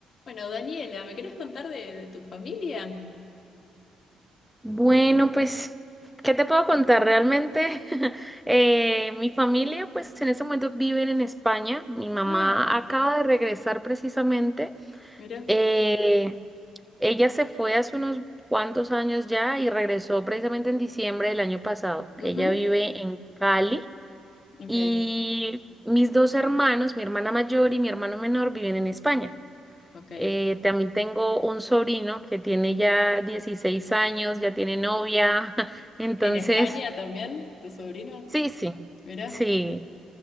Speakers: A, on the left (about 55°); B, in the centre.
A: Bueno, Daniela, ¿me querés contar de, de tu familia?
B: Bueno, pues, ¿qué te puedo contar? Realmente, <laughs> eh, mi familia, pues, en este momento viven en España. Mi mamá
A: Ah,
B: acaba de regresar precisamente.
A: mira.
B: Eh, ella se fue hace unos cuantos años ya y regresó precisamente en diciembre del año pasado.
A: Ujú,
B: Ella vive en Cali
A: Ok,
B: y mis dos hermanos, mi hermana mayor y mi hermano menor, viven en España.
A: ok.
B: Eh, también tengo un sobrino que tiene ya 16 años, ya tiene novia, <laughs> entonces,
A: ¿En España también, tu sobrino?
B: sí, sí,
A: Mira.
B: sí,